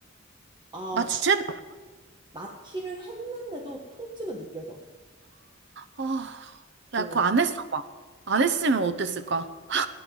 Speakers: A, on the right; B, on the right.
A: 아
B: 마취해야 돼.
A: 마취를 했는데도 통증은 느껴져.
B: 아,
A: 어.
B: 야, 그거 안 했어 봐. 안 했으면 어땠을까?